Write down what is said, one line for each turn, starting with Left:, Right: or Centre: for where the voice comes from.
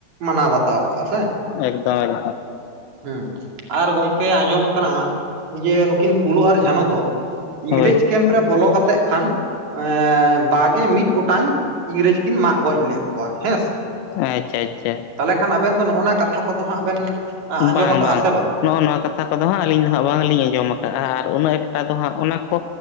Right: ᱢᱟᱱᱟᱣ ᱵᱟᱛᱟᱣ ᱠᱟᱜᱼᱟ ᱥᱮ᱾
Left: ᱮᱠᱫᱚᱢ ᱮᱠᱫᱚᱢ᱾
Right: ᱦᱩᱸ, ᱟᱨ ᱜᱚᱝᱠᱮ ᱟᱸᱡᱚᱢ ᱠᱟᱱᱟ ᱦᱟᱸᱜ ᱡᱮ ᱱᱩᱠᱤᱱ ᱯᱷᱩᱞᱚ ᱟᱨ ᱡᱷᱟᱱᱚ ᱫᱚ ᱤᱝᱨᱮᱡᱽ
Left: ᱦᱳᱭ
Right: ᱠᱮᱢᱯ ᱨᱮ ᱵᱚᱞᱚ ᱠᱟᱛᱮᱜ ᱠᱷᱟᱱ ᱮᱸ ᱵᱟᱜᱮ ᱢᱤᱫ ᱜᱚᱴᱟᱝ ᱤᱝᱨᱮᱡ ᱠᱤᱱ ᱢᱟᱜ ᱜᱚᱡ ᱞᱮᱫ ᱠᱚᱣᱟ ᱦᱮᱸ ᱥᱮ᱾
Left: ᱟᱪᱪᱷᱟ ᱟᱪᱪᱷᱟ
Right: ᱛᱟᱦᱚᱞᱮ ᱠᱷᱟᱱ ᱟᱵᱮᱱ ᱫᱚ ᱱᱚᱜᱼᱚ ᱱᱟ ᱠᱟᱛᱷᱟ ᱠᱚᱫᱚ ᱦᱟᱸᱜ ᱵᱮᱱ ᱟᱸᱡᱚᱢ
Left: ᱵᱟᱝ
Right: ᱟᱠᱟᱜᱼᱟ
Left: ᱵᱟᱝ᱾
Right: ᱥᱮ
Left: ᱱᱚᱜᱼᱚ ᱱᱚᱣᱟ ᱠᱟᱛᱷᱟ ᱠᱚᱫᱚ ᱦᱟᱸᱜ ᱟᱹᱞᱤᱧ ᱫᱚ ᱦᱟᱸᱜ ᱵᱟᱝᱞᱤᱧ ᱟᱸᱡᱚᱢ ᱟᱠᱟᱜᱼᱟ ᱟᱨ ᱩᱱᱟᱹᱜ ᱮᱠᱴᱟ ᱫᱚ ᱦᱟᱸᱜ ᱚᱱᱟ ᱠᱚ